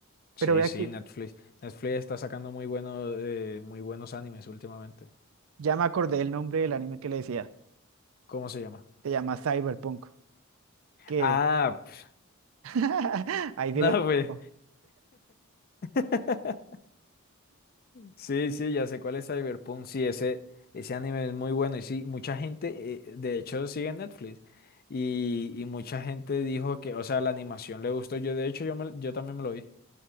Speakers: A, on the right; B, on the left.
A: Pero
B: Sí,
A: vea
B: sí,
A: que
B: Netflix. Netflix está sacando muy buenos, eh, muy buenos animes últimamente.
A: ya me acordé el nombre del anime que le decía.
B: ¿Cómo se llama?
A: Se llama Cyberpunk. Que
B: Ah, <laughs> pf,
A: <laughs> ahí
B: no,
A: dile.
B: pues.
A: oh,
B: <laughs> Sí, sí, ya sé cuál es Cyberpunk. Sí, ese, ese anime es muy bueno. Y sí, mucha gente, eh, de hecho, sigue en Netflix. Y, y mucha gente dijo que, o sea, la animación le gustó. Yo, de hecho, yo, me- yo también me lo vi.